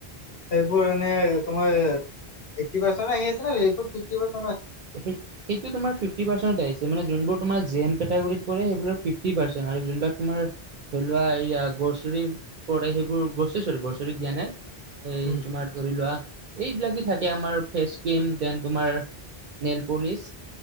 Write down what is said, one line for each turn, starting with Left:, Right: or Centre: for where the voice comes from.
Left: এইবোৰ এনে তোমাৰ, এট্টি পাৰ্চেনত আহি আছে না এইটো ফিফটিমান
Right: <unintelligible> সেইটো তোমাৰ ফিফটি পাৰ্চেণ্টত আহিছ মানে যোনবোৰ তোমাৰ জে এম কেটাগোৰীত পৰে সেইবিলাক ফিফটি পাৰ্চেণ্ট আৰু যোনবিলাক তোমাৰ ধৰি লোৱা এইয়া গ্ৰছেৰি পৰে, সেইবোৰ গ্ৰছেৰি চৰি গ্ৰছেৰি দিয়া নাই? এই
Left: উম
Right: তোমাৰ ধৰি লোৱা, এইবিলাকে যে থাকে আমাৰ, ফেচ ক্ৰীম দেন তোমাৰ নেইল প'লিছ,